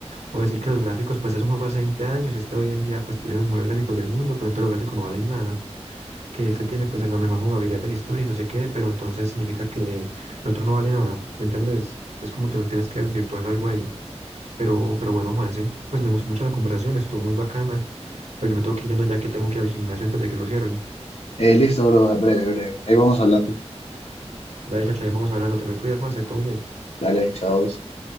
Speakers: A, on the right; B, on the left.
A: O decir que los gráficos, pues, es un juego de hace 20 años y este hoy en día, pues, tiene los mejores gráficos del mundo, pero entonces los gráficos no valen nada. Que este tiene, pues, la mejor jugabilidad de la historia y no sé qué, pero entonces significa que el otro no vale nada. ¿Me entendés? Es como te tienes que desvirtuar algo ahí. Pero, pero bueno, Juanse, pues me gustó mucho la conversación, estuvo muy bacana. Pero yo me tengo que ir yendo ya que tengo que ir al gimnasio antes de que lo cierren.
B: Eh, listo, bro, breve, breve. Ahí vamos hablando.
A: Dale, chacho, ya vamos hablando. Te me cuidas, Juanse, todo bien.
B: Dale, chao.